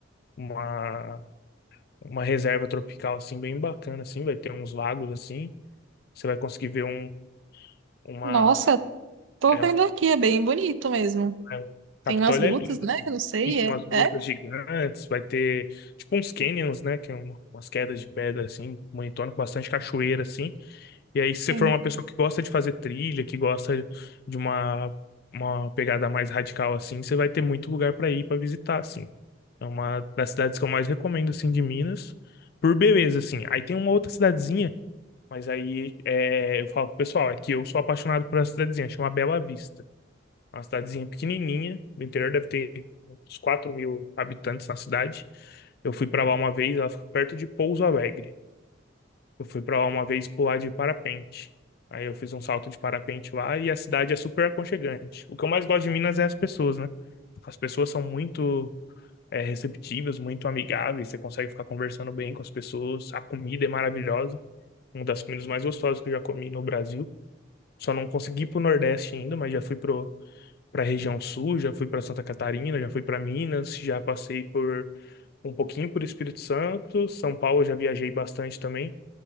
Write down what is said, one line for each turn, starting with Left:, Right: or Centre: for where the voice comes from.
Left: uma, uma reserva tropical, assim, bem bacana, assim, vai ter uns lagos, assim, você vai conseguir ver um, uma,
Right: Nossa, tô
Left: é
Right: vendo
Left: um,
Right: aqui, é bem bonito mesmo.
Left: é um-
Right: Tem
Left: Capitólio
Right: umas grutas,
Left: é lindo,
Right: né?
Left: assim.
Right: Eu não sei,
Left: Isso,
Right: é,
Left: umas grutas
Right: é,
Left: gigantes, vai ter, tipo, uns canyons, né, que é uma- umas quedas de pedra, assim, bonitona, com bastante cachoeira, assim, E aí,
Right: sim.
Left: se você for uma pessoa que gosta de fazer trilha, que gosta de uma, uma pegada mais radical assim, você vai ter muito lugar para ir para visitar, assim. É uma das cidades que eu mais recomendo, assim, de Minas, por beleza, assim. Aí tem uma outra cidadezinha, mas aí é, eu falo pro pessoal, é que eu sou apaixonado por essa cidadezinha, chama Bela Vista. É uma cidadezinha pequenininha, do interior deve ter uns 4 mil habitantes na cidade. Eu fui para lá uma vez, ela fica perto de Pouso Alegre. Eu fui pra lá uma vez pular de parapente. Aí eu fiz um salto de parapente lá e a cidade é super aconchegante. O que eu mais gosto de Minas é as pessoas, né? As pessoas são muito é, receptivas, muito amigáveis, você consegue ficar conversando bem com as pessoas. A comida é maravilhosa, uma das comidas mais gostosas que eu já comi no Brasil. Só não consegui ir pro Nordeste ainda, mas já fui pro, pra região Sul, já fui pra Santa Catarina, já fui pra Minas, já passei por um pouquinho por Espírito Santo, São Paulo eu já viajei bastante também.